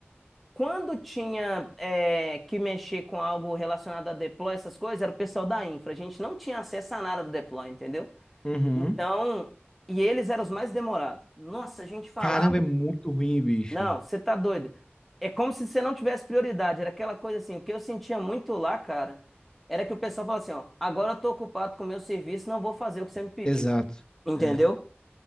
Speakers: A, in the centre; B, on the left.
A: Quando tinha é, que mexer com algo relacionado a deploy, essas coisas, era o pessoal da infra. A gente não tinha acesso a nada do deploy, entendeu?
B: Uhum.
A: Então, e eles eram os mais demorados. Nossa, a gente falava.
B: Caramba, é muito ruim, bicho.
A: Não, você tá doido. É como se você não tivesse prioridade. Era aquela coisa assim, o que eu sentia muito lá, cara, era que o pessoal falava assim, ó, agora eu tô ocupado com o meu serviço, não vou fazer o que você me pediu.
B: Exato.
A: Entendeu?
B: É.